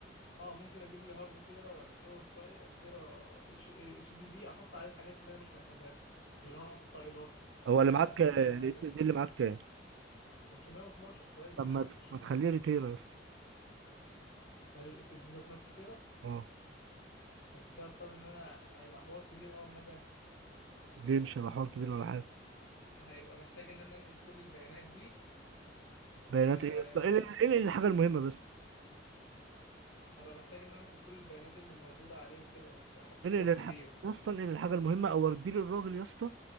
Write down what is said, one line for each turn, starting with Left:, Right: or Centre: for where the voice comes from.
Left: اه ممكن اجيب لي هارد تيرا ولا تيرا وشويه تيرا اتش اتش دي دي احط عليه الحاجات اللي انا مش محتاجها اللي هو فايلات
Right: هو اللي
Left: آه
Right: معاك
Left: افلام
Right: الاس
Left: مثلا
Right: اس دي اللي معاك كام
Left: 512 كويس
Right: طب
Left: مش
Right: ما
Left: وحش
Right: ت- ما تخليه ريتيرا يا اسطى
Left: اخلي الاس اس دي ذات نفسه تيرا
Right: اه
Left: بس كده اضطر ان انا هيبقى حوار كبير قوي اما اجي أنقل.
Right: ليه مش هيبقى حوار كبير ولا حاجه
Left: هيبقى محتاج ان انا انقل كل البيانات دي
Right: بيانات
Left: آه
Right: ايه يا اسطى ايه ايه إيه الحاجه المهمه بس
Left: هبقى محتاج ان انا انقل كل البيانات اللي موجوده عليه وكده يا اسطى هيبقى
Right: ايه
Left: حوار
Right: اللي
Left: كبير
Right: الحاجه يا اسطى ايه الحاجه المهمه او ودي للراجل يا اسطى